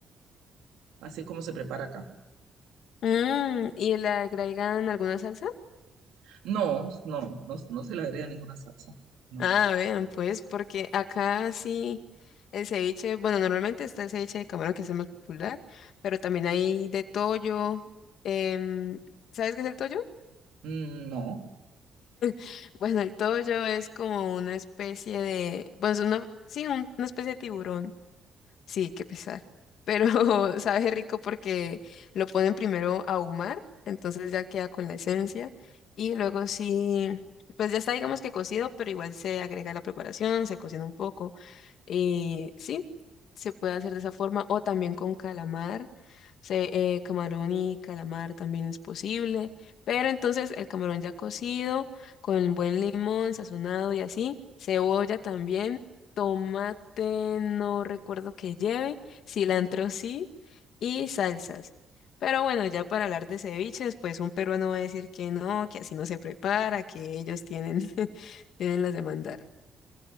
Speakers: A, on the right (about 90°); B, on the left (about 75°).
A: Así es como se prepara acá.
B: Mm, ¿y le agregan alguna salsa?
A: No, no, no, no se le agrega ninguna salsa. No,
B: Ah, vean, pues, porque acá sí el ceviche, bueno, normalmente está el ceviche de camarón que es el más popular, pero también hay de toyo. em, ¿sabes qué es el toyo?
A: Mm, no.
B: <laughs> Bueno, el toyo es como una especie de, bueno, es una, sí, un- una especie de tiburón, sí, qué pesar, pero <laughs> sabe rico porque lo ponen primero a ahumar, entonces ya queda con la esencia, y luego sí, pues ya está, digamos que cocido, pero igual se agrega la preparación, se cocina un poco Eh, sí, se puede hacer de esa forma o también con calamar. Se, eh, camarón y calamar también es posible, pero entonces el camarón ya cocido, con buen limón sazonado y así, cebolla también, tomate no recuerdo que lleve, cilantro sí y salsas. Pero bueno, ya para hablar de ceviches, pues un peruano va a decir que no, que así no se prepara, que ellos tienen, <laughs> tienen las de mandar.